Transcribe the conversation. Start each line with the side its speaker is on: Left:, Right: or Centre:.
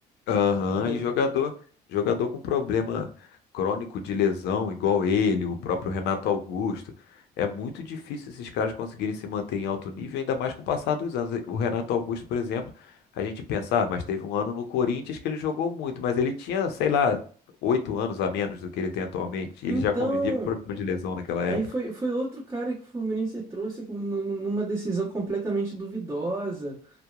Left: Aham,
Right: É.
Left: e jogador, jogador com problema crônico de lesão, igual ele, o próprio Renato Augusto. É muito difícil esses caras conseguirem se manter em alto nível, ainda mais com o passar dos anos. O Renato Augusto, por exemplo, a gente pensa, ah, mas teve um ano no Corinthians que ele jogou muito, mas ele tinha, sei lá, oito anos a menos do que ele tem atualmente. Ele
Right: Então,
Left: já convivia com problema de lesão naquela época.
Right: aí foi, foi outro cara que o Fluminense trouxe com- nu- nu- numa decisão completamente duvidosa.